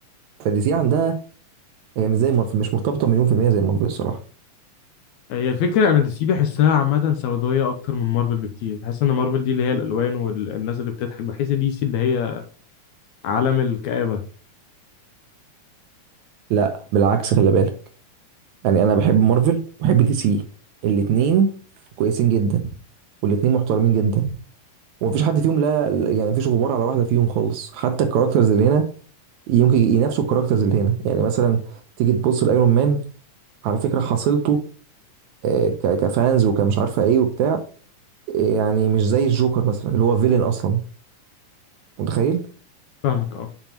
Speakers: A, on the right (about 75°); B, on the left (about 75°).
A: فدي سي عندها هي مش زي مارفل مش مرتبطة مليون في المية زي مارفل الصراحة
B: هي الفكره انا دي سي بحسها عامه سوداويه اكتر من مارفل بكتير بحس ان مارفل دي اللي هي الالوان والناس اللي بتضحك بحس دي سي اللي هي عالم الكآبه
A: لا بالعكس خلي بالك يعني أنا بحب مارفل وبحب دي سي الاتنين كويسين جدا والاتنين محترمين جدا ومفيش حد فيهم لا يعني مفيش غبار على واحدة فيهم خالص حتى الكاركترز اللي هنا يمكن ينافسوا الكاركترز اللي هنا يعني مثلا تيجي تبص لايرون مان على فكرة حصيلته آه، ك- كفانز وكمش عارفة ايه وبتاع يعني مش زي الجوكر مثلا اللي هو فيلن اصلا متخيل
B: فاهمك اه